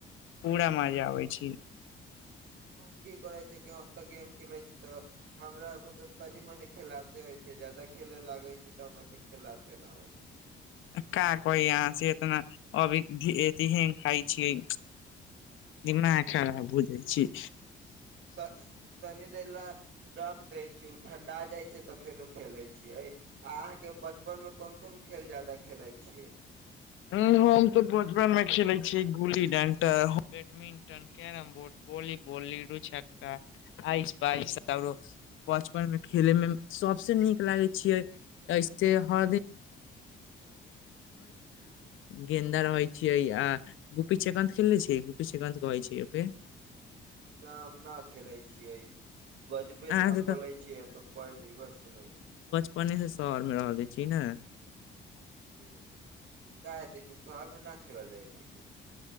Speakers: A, on the left; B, on the right.
A: पूरा मजा आबैत छैय।
B: हम की करै छी कि हम तऽ गेम खेलै छी तऽ हमरा मतलब तनी मनी खिलासे होय छैय जादा खेले लागे छी तऽ हमरा से खिलासे न होइ छैय।
A: का कहि अहाँ से एतना अभीह एतही खाय छियै। दिमाग खराब हो जाइ छैय।
B: त तनी देेर ल रख दय छियै उ ठंडा जाय छैय तऽ फेन खेले छियै। आ अहाँ के बचपन में कोन-कोन खेल ज्यादा खेलाय छियै।
A: ह हम तऽ बचपन में खेले छियै गुली डंटा, badminton carrom board, volleyball ludo छ्का, आइस पाइस। बचपनमे खेलेमे सबसे नीक लागे छै <unintelligible> ने हौ गेन्दा रहै छैय अ आ गुपी चेकान्त खेलने छियै, गुपी चेकान्त कहै छै ओके।
B: न हम न खेलै छियै। गजबे
A: अहाँके
B: नाम बोलै
A: तऽ
B: छियै हम तऽ पहली बार सुनै छीयै।
A: अपने से शहरमे रहल छी ने।
B: जी क हेतै त शहरमे न खेलल जाइ छैय की।